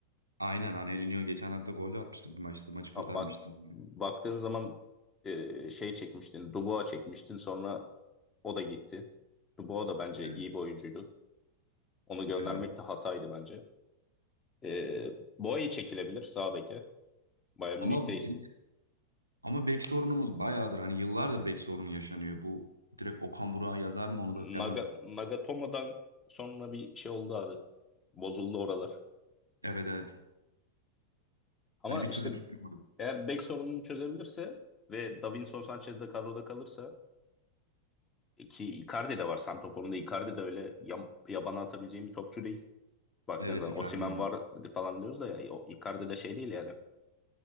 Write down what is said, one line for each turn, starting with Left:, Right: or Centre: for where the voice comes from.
Right: Aynen Angelinho geçen hafta golle atmıştık bir maçta. Maçı
Left: Ha,
Right: kurtarmıştım.
Left: bak baktığın zaman e, şey çekmiştin, Dubois çekmiştin. Sonra o da gitti. Dubois da bence
Right: Evet.
Left: iyi bir oyuncuydu. Onu göndermek
Right: Evet.
Left: de hataydı bence. E, Boey çekilebilir sağ beke. Bayern
Right: Ama
Left: Münih'te is-
Right: be- Ama bek sorunumuz bayağıdır. Hani yıllardır bek sorunu yaşanıyor. Bu direkt Okan Burak'a yazar mı onu
Left: Naga-
Right: da bilemem.
Left: Nagatomo'dan sonra bir şey oldu abi. Bozuldu oralar.
Right: Evet evet.
Left: Ama
Right: Hani bir
Left: işte
Right: türlü tutulmadı.
Left: eğer bek sorununu çözebilirse ve Davinson Sanchez de kadroda kalırsa e, ki Icardi de var. Santrafor'un da Icardi de öyle yam- yabana atabileceğim bir topçu değil. Baktığın
Right: Evet
Left: zaman
Right: Icardi.
Left: Osimhen var falan diyoruz da ya, o Icardi de şey değil yani.